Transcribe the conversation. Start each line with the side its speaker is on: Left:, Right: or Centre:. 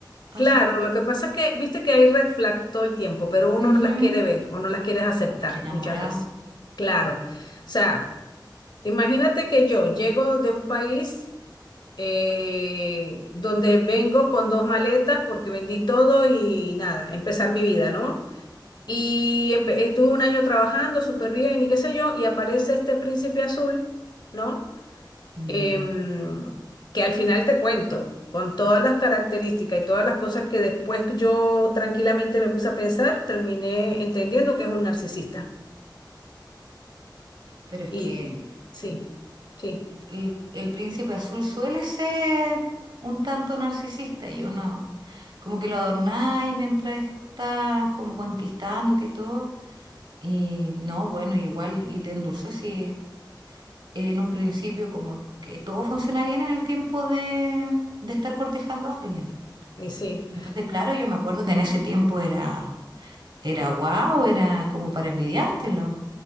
Right: así.
Left: Claro, lo que pasa es que, viste que hay red flag todo el tiempo, pero uno
Right: Ujú.
Left: no las quiere ver o no las quiere aceptar
Right: Ay, que enamorada.
Left: muchas veces. Claro. O sea, imagínate que yo llego de un país eh, donde vengo con dos maletas porque vendí todo y nada, empezar mi vida, ¿no? Y empe- estuve un año trabajando súper bien y qué sé yo, y aparece este príncipe azul, ¿no?
Right: Wow.
Left: em, que al final te cuento, con todas las características y todas las cosas que después que yo tranquilamente me puse a pensar, terminé entendiendo que es un narcisista.
Right: pero es
Left: Y
Right: que
Left: sí, sí,
Right: el, el príncipe azul suele ser un tanto narcisista y uno como que lo adornáis mientras está como conquistándote y todo. Y no, bueno, igual y te endulzó si en un principio como que todo funciona bien en el tiempo de, de estar cortejando a alguien.
Left: y sí.
Right: Entonces, claro, yo me acuerdo que en ese tiempo era, era guau, era como para envidiártelo.